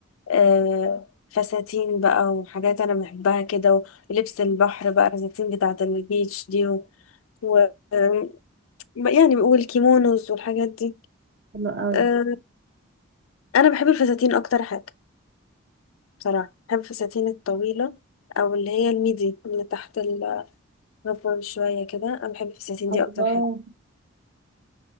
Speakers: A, on the left; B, on the right.
A: آه فساتين بقى وحاجات انا بحبها كده ولبس البحر بقى الفساتين بتاعة البيتش دي و... و... آم، يعني والكيمونوز والحاجات دي
B: حلو قوي
A: آه انا بحب الفساتين اكتر حاجة بصراحة بحب الفساتين الطويلة أو اللي هي الميدي اللي تحت الربر شوية كده أنا بحب الفساتين
B: الله
A: دي أكتر حاجة